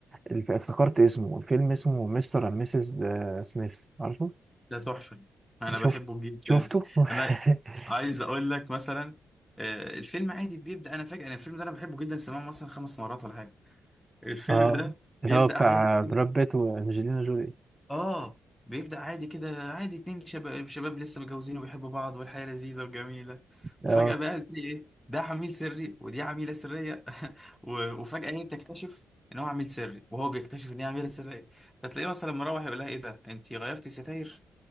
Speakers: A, on the right; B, in the centre.
A: الف- افتكرت اسمه الفيلم اسمه مستر اند ميسز آه، سميث عارفه
B: ده تحفة انا
A: شفت
B: بحبه جدا
A: شفته <laughs>
B: انا عايز اقول لك مثلا آه، الفيلم عادي بيبدأ انا فاكر ان الفيلم ده انا بحبه جدا سمعه مثلا خمس مرات ولا حاجة الفيلم
A: اه
B: ده
A: اللي
B: بيبدأ
A: هو بتاع
B: عادي كده
A: براد بيت وانجلينا جولي
B: اه بيبدأ عادي كده عادي اتنين شباب شباب لسه متجوزين وبيحبوا بعض والحياة لذيذة وجميلة وفجأة
A: اه
B: بقى تلاقي ايه ده عميل سري ودي عميلة سرية <laughs> و- وفجأة هي بتكتشف ان هو عميل سري وهو بيكتشف ان هي عميلة سرية فتلاقيه مثلا مروح يقول لها ايه ده انت غيرتي ستاير